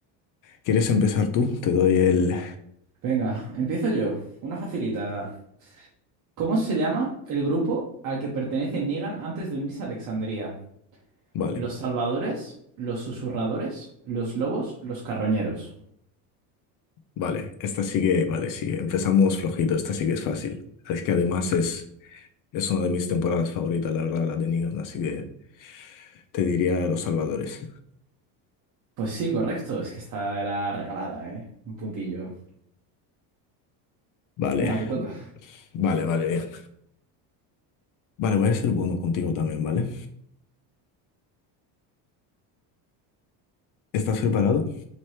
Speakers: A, on the left; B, on the right.
A: ¿quieres empezar tú? Te doy el...
B: Venga, empiezo yo. Una facilita. ¿Cómo se llama el grupo al que pertenece Negan antes de unirse a Alexandría?
A: Vale.
B: ¿Los Salvadores? ¿Los Susurradores? ¿Los Lobos? ¿Los Carroñeros?
A: Vale, esta sigue vale, sí, empezamos flojito, esta sí que es fácil. Es que además es, es una de mis temporadas favoritas, la verdad, la de Negan, así que te diría Los Salvadores.
B: Pues sí, correcto, es que esta era regalada, ¿eh? Un puntillo.
A: Vale,
B: Venga, te toca.
A: vale, vale, bien. Vale, voy a ser bueno contigo también, ¿vale? ¿Estás preparado?